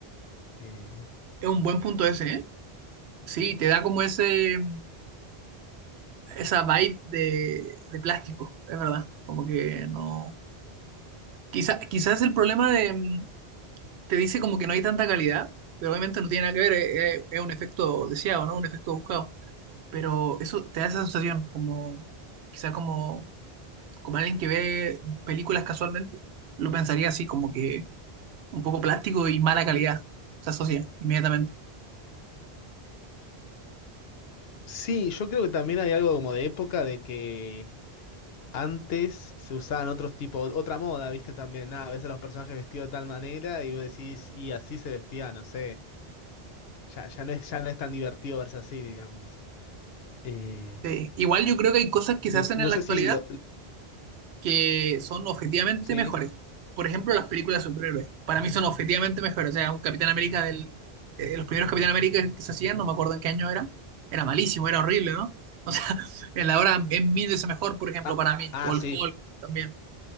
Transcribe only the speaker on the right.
Es un buen punto ese, ¿eh? Sí, te da como ese, esa vibe de, de plástico, es verdad. Como que no... Quizá, quizás el problema de... mm, Te dice como que no hay tanta calidad, pero obviamente no tiene nada que ver, eh, eh, es, un efecto deseado, ¿no? Un efecto buscado. Pero eso te da esa sensación, como... Quizá como como alguien que ve películas casualmente, lo pensaría así, como que un poco plástico y mala calidad. Se asocia inmediatamente.
Sí. Igual yo creo que hay cosas que se
hacen
en la
actualidad
que son objetivamente
mejores. Por ejemplo, las películas de superhéroes. Para mí son objetivamente mejores. O sea, un Capitán América del... eh, los primeros Capitán América que se hacían, no me acuerdo en qué año era. Era malísimo, era horrible, ¿no? O sea, <laughs> en la hora es mil veces mejor, por ejemplo,
para mí.
O el
Hulk también.